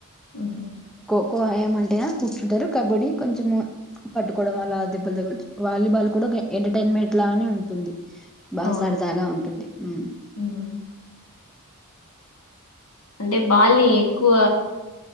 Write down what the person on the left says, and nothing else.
మ్‌హూ
అవును
మ్మ్ అంటే బాల్ ని ఎక్కువ